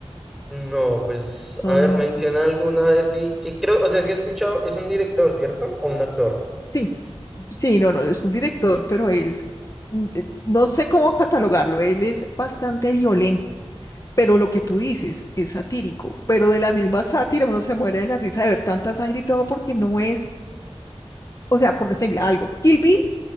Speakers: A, in the centre; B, on the left.
A: No, pues,
B: Son,
A: a ver, menciona alguna, a ver si, que creo, o sea, si he escuchado, es un director, ¿cierto? O un actor.
B: sí, sí, no, no, es un director, pero es, mm, eh, no sé cómo catalogarlo. Él es bastante violento, pero lo que tú dices es satírico. Pero de la misma sátira uno se muere de la risa de ver tanta sangre y todo porque no es, o sea, por decirle algo. Kill Bill,